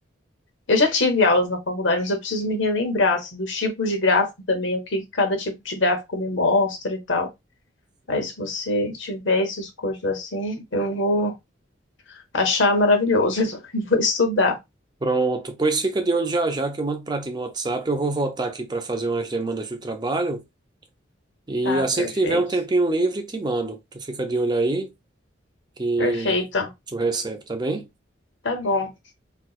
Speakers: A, on the left (about 70°); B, on the right (about 20°).
A: eu já tive aulas na faculdade, mas eu preciso me relembrar, assim, dos tipos de gráfico também, o que cada tipo de gráfico me mostra e tal. Aí, se você tiver esses cursos assim, eu vou achar maravilhoso <laughs> e vou estudar.
B: Pronto, pois fica de olho já já que eu mando para ti no WhatsApp. Eu vou voltar aqui para fazer umas demandas do trabalho e
A: Tá,
B: assim
A: perfeito.
B: que tiver um tempinho livre, te mando. Tu fica de olho aí que
A: Perfeito.
B: tu recebe, tá bem?
A: Tá bom.